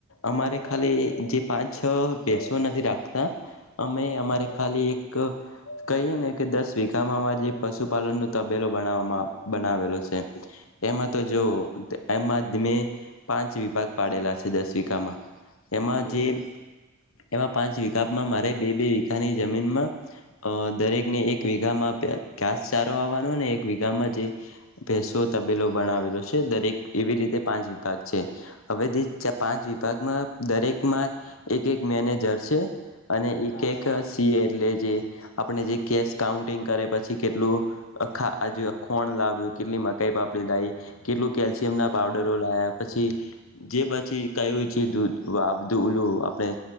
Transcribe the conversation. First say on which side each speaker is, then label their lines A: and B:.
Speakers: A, on the left; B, on the left.
A: અમારે ખાલી જે પાંચ છ ભેસો નથી રાખતા અમે અમારે ખાલી એક કહીએ ને કે દસ વીઘામાં જે પશુપાલનનો તબેલો બનાવામાં બનાવેલો છે. એમાં તો જોવ એમાં મેં પાંચ વિભાગ પાડેલા છે, દસ વિઘામાં એમાં
B: હમ
A: જે
B: હમ
A: એમાં પાંચ વિકપમાં મારે બે બે વિઘાની જમીનમાં દરેકને એક વિઘામાં ઘાસચારો આવાનોને એક વિઘામાં પ ભેસો તબેલો બનાવેલો છે દરેક એવી રીતે પાંચ વિભાગ છે હવે તે પાંચ વિભાગમાં દરેકમાં એક એક મેનેજર છે. અને
B: હા
A: એક
B: હા
A: એક એટલે જે આપણે જે કેશ કાઉન્ટિંગ કરે પછી કેટલુ આખૂ ખોણ લાવ્યું, કેટલી મકાઈ પાપડી લાઇ, કેટલું કેલ્શિયમના પાવડરો લાયા, પછી જે પછી કયું છે, દૂધધુંલું આપણે